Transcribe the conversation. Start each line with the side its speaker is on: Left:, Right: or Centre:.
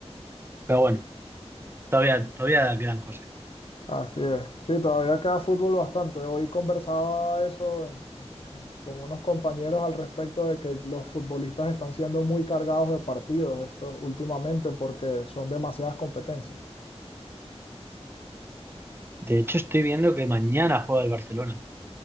Right: Pero bueno, todavía, todavía quedan cosas.
Left: Así es. Sí, todavía queda fútbol bastante. Hoy conversaba eso en- en- en- con unos compañeros al respecto de que los futbolistas están siendo muy cargados de partidos esto últimamente porque son demasiadas competencias.
Right: De hecho, estoy viendo que mañana juega el Barcelona